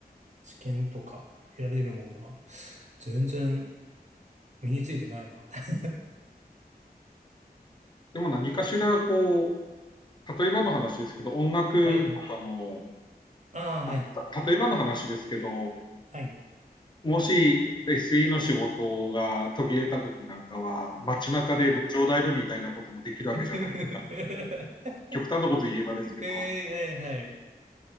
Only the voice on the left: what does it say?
でも何かしら、こう、例えばの話ですけど、音楽とかも、
まあた例えばの話ですけど、
もし SE の仕事が途切れた時なんかは、街中で路上ライブみたいなこともできるわけじゃない。
極端なこと言えばですけど、